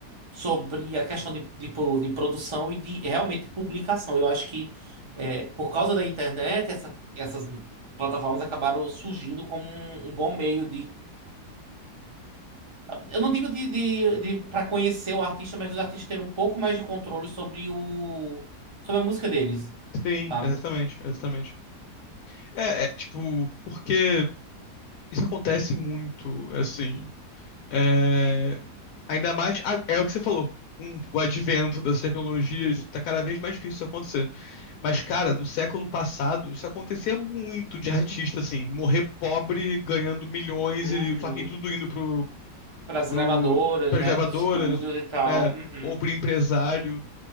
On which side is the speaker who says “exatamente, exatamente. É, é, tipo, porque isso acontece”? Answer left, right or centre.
Left